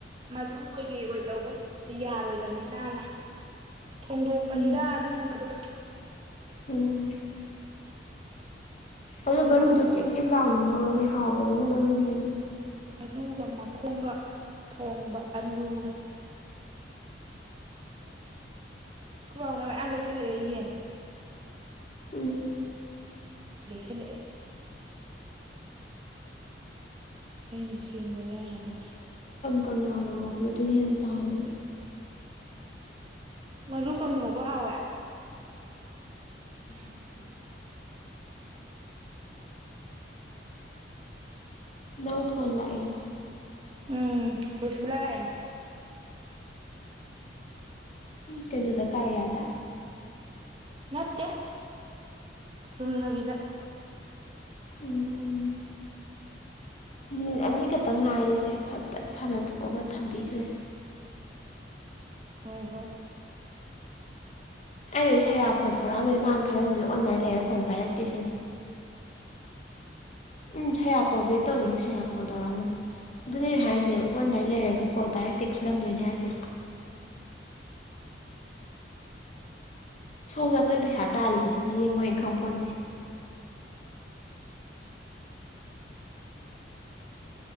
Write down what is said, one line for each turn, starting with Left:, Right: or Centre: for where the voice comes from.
Right: ꯃꯔꯨ ꯑꯣꯏꯒꯦ ꯑꯣꯏꯗꯧꯕꯁꯤꯡꯗꯨꯗꯤ ꯌꯥꯔꯣꯏꯗꯕꯅꯤꯅꯅ ꯊꯣꯡꯗꯣꯛꯄꯅꯤꯗ
Left: ꯎꯝ
Right: ꯑꯗꯨꯒꯨꯝꯕꯗꯣ
Left: ꯎꯝ ꯑꯗꯣ
Right: ꯃꯔꯨꯒ
Left: ꯃꯔꯨꯗꯣ ꯀꯩꯝ ꯀꯩ ꯂꯥꯎꯅ ꯉꯧꯔꯗꯤ ꯍꯥꯎꯕꯅꯤꯉꯣ ꯃꯔꯨꯅ ꯍꯦꯟꯅ
Right: ꯃꯔꯨꯒ ꯃꯈꯣꯡꯒ ꯊꯣꯡꯕ ꯑꯂꯨꯒ ꯈꯨꯕꯥꯎꯅꯕ ꯌꯥꯝꯌꯥꯝ ꯂꯩꯁꯜꯂꯛꯑꯦ ꯌꯦꯟ
Left: ꯎꯝ
Right: ꯈꯂꯑꯦ ꯍꯥꯏꯅ ꯁꯤ ꯀꯦꯝꯕ ꯋꯥꯅꯕ
Left: ꯀꯪꯂꯥꯗ ꯉꯧꯕꯗ ꯑꯗꯨꯅ ꯍꯦꯟꯅ ꯄꯥꯝꯃꯦ
Right: ꯃꯖꯨꯈꯨꯝꯉꯕ ꯍꯋꯦ ꯎꯝ
Left: ꯂꯧ ꯐꯣꯟ ꯂꯥꯛꯏꯦꯕꯣ
Right: ꯎꯝ ꯔꯁꯒꯨꯜꯂꯥ ꯂꯥꯏ
Left: ꯀꯩꯅꯣꯗ ꯀꯥꯔꯤꯌꯥꯗ
Right: ꯅꯠꯇ ꯆꯨꯝꯅꯒ ꯗ
Left: ꯎꯝ ꯃꯤꯅꯤꯠ ꯑꯅꯤ ꯈꯛꯇꯪ ꯉꯥꯏꯔꯤꯁꯦ ꯐꯠ ꯐꯠ ꯁꯥꯟꯅꯊꯣꯛꯑꯒ ꯊꯝꯕꯤꯈ꯭ꯔꯁꯤ
Right: ꯍꯣꯏ ꯍꯣꯏ
Left: ꯑꯩꯁꯨ ꯁꯌꯥ ꯐꯣꯟ ꯇꯧꯔꯛꯑꯝꯕꯗ ꯃ ꯃꯥꯅ ꯈꯜꯂꯝꯃꯤꯁꯨ ꯑꯣꯟꯅꯥꯏ ꯂꯩꯔꯦ ꯐꯣꯟ ꯚꯔꯛꯇꯀꯤꯁꯤꯅ ꯎꯝ ꯁꯌꯥ ꯀꯣꯜ ꯕꯦꯛ ꯇꯧꯈꯤꯅꯤ ꯁꯌꯥ ꯀꯣꯜ ꯇꯧꯔꯛꯑꯝꯕꯅꯦ ꯑꯗꯨꯅꯦꯩꯅ ꯍꯥꯏꯁꯦ ꯑꯣꯟꯂꯥꯏꯟ ꯂꯩꯔꯒ ꯀꯣꯜ ꯄꯥꯏꯔꯛꯇꯦ ꯈꯜꯂꯝꯗꯣꯏꯅꯦ ꯍꯥꯏꯁꯦ ꯁꯣꯝꯗ ꯑꯩꯈꯣꯏꯅ ꯄꯩꯁꯥ ꯇꯥꯜꯂꯤꯁꯤꯗꯤ ꯃꯤꯠꯌꯦꯡ ꯑꯃ ꯑꯣꯏꯅ ꯈꯪ ꯄꯣꯟꯣꯟꯗꯦ